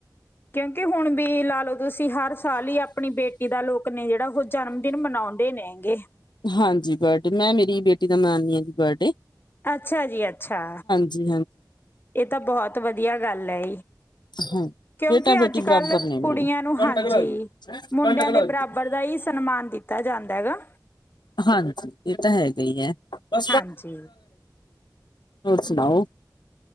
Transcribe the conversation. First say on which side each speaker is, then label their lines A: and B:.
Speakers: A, on the left (about 30°); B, on the left (about 80°).
A: ਕਿਉਂਕਿ ਹੁਣ ਵੀ ਲਾ ਲਓ ਤੁਸੀਂ ਹਰ ਸਾਲ ਹੀ ਆਪਣੀ ਬੇ ਕਿਦਾ ਲੋਕ ਨੇ ਜਿਹੜਾ ਉਹ ਜਨਮ ਦਿਨ ਮਨਾਉਂਦੇ ਨੇਗੇ।
B: ਹਾਂਜੀ ਬਰਡੇ ਮੈਂ ਮੇਰੀ ਬੇਟੀ ਦਾ ਮਨਾਉਂਦੀ ਹਾਂ ਜੀ ਬਰਡੇ।
A: ਅੱਛਾ ਜੀ ਅੱਛਾ।
B: ਹਾਂਜੀ
A: ਇਹ ਤਾਂ ਬਹੁਤ ਵਧੀਆ ਗੱਲ ਹੈ।
B: ਹਾਂ
A: ਕਿਉਂਕਿ
B: ਬੇਟਾ ਬੇਟੀ
A: ਅੱਜ
B: ਬਰਾਬਰ
A: ਕੱਲ
B: ਨੇ ਮੇਰੇ
A: ਕੁੜੀਆਂ ਨੂੰ
B: ਘੰਟਾ
A: ਹਾਂਜੀ
B: ਕਲਾ
A: ਮੁੰਡਿਆਂ
B: ਘੰਟਾ ਕਲਾ
A: ਦੇ ਬਰਾਬਰ ਦਾ ਹੀ ਸਨਮਾਨ ਦਿੱ ਤਾ ਜਾਂਦਾ ਹੈਗਾ।
B: ਹਾਂਜੀ ਇਹ ਤਾ ਹੈਗਾ ਹੀ ਹੈ ਹੋਰ
A: ਹਾਂਜੀ
B: ਸੁਣਾਓ।